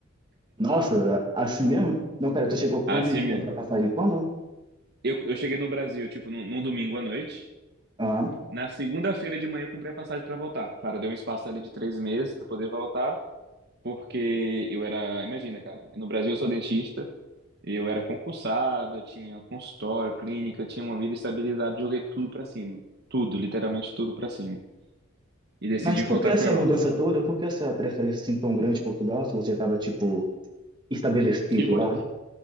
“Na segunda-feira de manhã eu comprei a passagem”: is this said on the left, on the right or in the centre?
Right